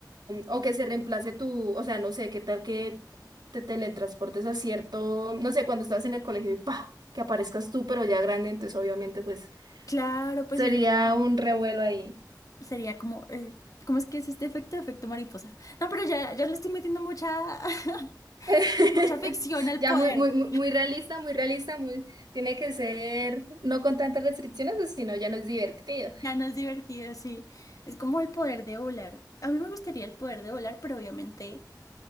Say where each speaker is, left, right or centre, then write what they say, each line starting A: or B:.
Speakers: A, on the right; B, on the left.
A: o, o que se reemplace tu, o sea, no sé, qué tal que te teletransportes a cierto, no sé, cuando estás en el colegio y pa, que aparezcas tú, pero ya grande, entonces obviamente pues
B: Claro, pues
A: sería
B: sería como,
A: un revuelo ahí.
B: sería como, eh, ¿cómo es que es este efecto? Efecto mariposa. No, pero ya, ya le estoy metiendo mucha,
A: <laughs>
B: <laughs> mucha ficción al
A: Ya
B: poder.
A: muy, muy, muy muy realista, muy realista, muy, tiene que ser, no con tantas restricciones, o si no ya no es divertido.
B: Ya no es divertido, sí. Es como el poder de volar. A mí me gustaría el poder de volar, pero obviamente